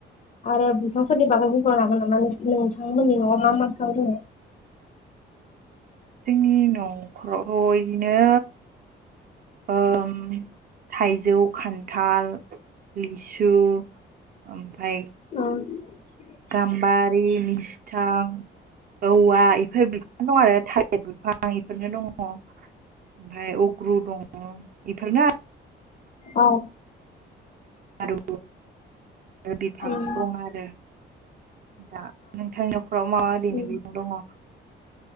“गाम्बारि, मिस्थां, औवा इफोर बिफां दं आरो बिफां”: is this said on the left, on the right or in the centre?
Right